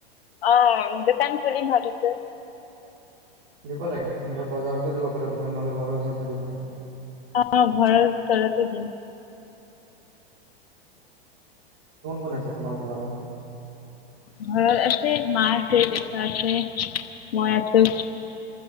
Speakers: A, on the left; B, on the right.
A: অ দোকান খুলিম ভাবিছো।
B: দিব লাগে এনেকা বজাৰতো দিব পাৰা দোকান নহ'লে ঘৰৰ ওচৰতো দিব পাৰা
A: অ ঘৰৰ তলতে দিম
B: কোন কোন আছে তোমালোকৰ ঘৰত
A: ঘৰত আছে মা আছে দেউতা আছে মই আছো